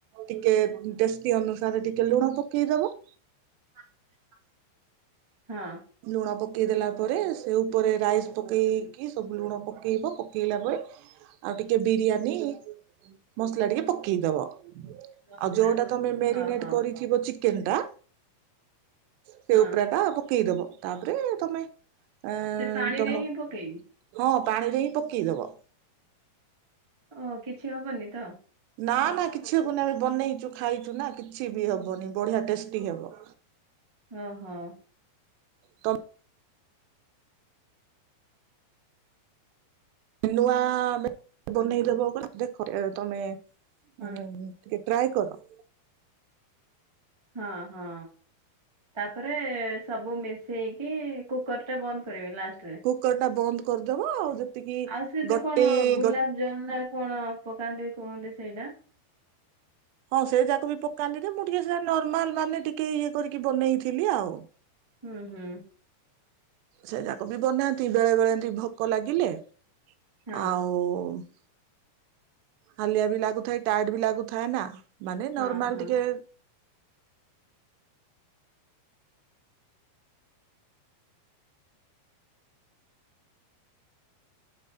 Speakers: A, on the right; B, on the right.
A: ଟିକେ ଟେଷ୍ଟି ଅନୁସାରେ ଟିକେ ଲୁଣ ପକେଇଦବ।
B: <unintelligible> ହଁ।
A: ଲୁଣ ପକେଇ ଦେଲା ପରେ ସେ ଉପରେ ରାଇସ୍ ପକେଇକି ସବୁ ଲୁଣ ପକେଇବ ପକେଇଲା ପରେ ଆଉ ଟିକେ ବିରିୟାନୀ ମସଲା ଟିକେ ପକେଇଦବ। ଆଉ
B: ମସଲା
A: ଯୋଉଟା ତମେ ମ୍ୟାରିନେଟ
B: ହଁ ହଁ
A: କରିଥିବ ଚିକେନ ଟା ସେ
B: ହଁ
A: ଉପରା ଟା ପକେଇଦବ। ତାପରେ ତମେ ଏଁ
B: ସେ ପାଣିରେ
A: ତମ
B: ହିଁ ପକେଇବି
A: ହଁ ପାଣିରେ ହିଁ ପକେଇଦବ।
B: ଓ କିଛି ହବନି ତ?
A: ନା ନା କିଛି ହବନି ଆମେ ବନେଇଛୁ ଖାଇଛୁ ନା କିଛି ବି ହବନି ବଢିଆ ଟେଷ୍ଟି ହବ
B: ହଁ ହଁ
A: ତ ନୂଆ ବନେଇଦବ ଦେଖ ତମେ ଉ
B: ହଁ
A: ଟିକେ ଟ୍ରାଏ କର
B: ହଁ ହଁ ତାପରେ ସବୁ ମିଶେଇକି କି କୁକର ଟା ବନ୍ଦ କରିବି ଲାଷ୍ଟରେ
A: କୁକର ଟା ବନ୍ଦ କରିଦେବ ଆଉ ଯେତିକି
B: ଆଉ ସେ ଯୋଉ
A: ଗୋଟେ
B: କଣ ଗୁଲାପ
A: ଗ
B: ଜମୁନା କଣ ପକାନ୍ତି କୁହନ୍ତି ସେଇଟା
A: ହଁ ସେ ଯାକ ବି ପକାନ୍ତି ଟ ମୁଁ ଟିକେ ସେଟ ନର୍ମାଲ ମାନେ ଟିକେ ଇଏ କରିକି ବନେଇଥିଲି ଆଉ
B: ହୁଁ ହୁଁ
A: ସେ ଯାକ ବି ବନାନ୍ତି ବେଳେ ବେଳେ ଏମତି ଭୋକ ଲାଗିଲେ ଆଉ
B: ହଁ
A: ହାଲିଆ ବି ଲାଗୁଥାଏ ଟାଇଟ ବି ଲାଗୁଥାଏ ନା ମାନେ ନର୍ମାଲ
B: ହଁ ହଁ
A: ଟିକେ